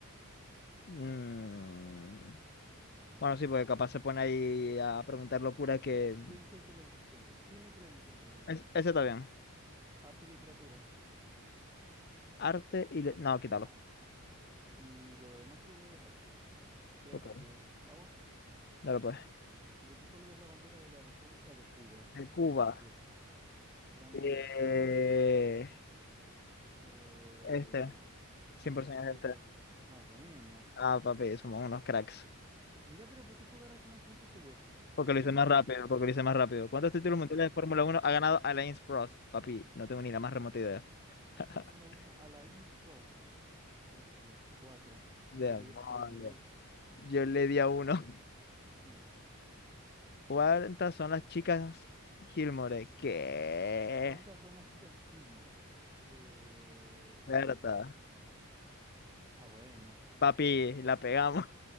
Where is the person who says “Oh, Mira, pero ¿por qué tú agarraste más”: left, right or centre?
Right